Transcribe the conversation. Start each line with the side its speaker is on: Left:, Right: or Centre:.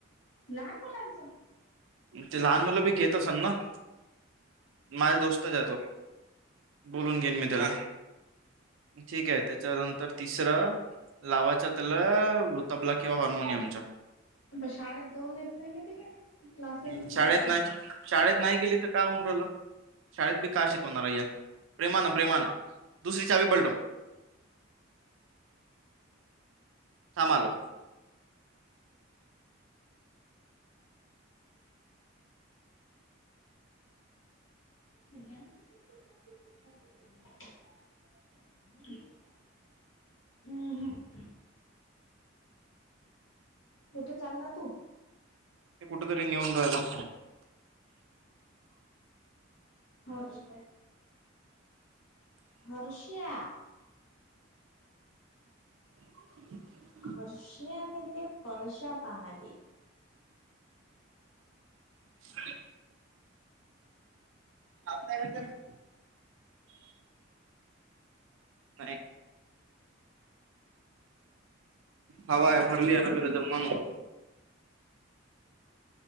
Left: लहान मुलांचं
Right: ते लहान मुलं बी घेत असन ना माझ्या दोस्तच ये तो. बोलून घेईन मी त्याला ठीकये त्याच्यानंतर तिसरं लावाच त्याला तबला किंवा हार्मोनियमचा
Left: मं शाडेत जाऊ देत नाय म तिला क्लासेसच
Right: हम्म, शाळेत
Left: लावतो.
Right: नाही शाळेत नाय गेली त काय होऊन राहिलं. शाळेत बी का शिकवणार य, प्रेमानं प्रेमानं दुसरी चावी पलटो थांब आलो.
Left: <unintelligible> <unintelligible> हम्म हम्म कुठ चालला तू
Right: ते कुठ तरी नेऊन रायलो.
Left: हर्ष हर्ष्या
Right: <unintelligible>
Left: हर्षाने ते फर्शा पाहाले.
Right: <unintelligible> आवदा भेटतय नं. नाय. हवा भरलीया ना तेज्यात म्हणून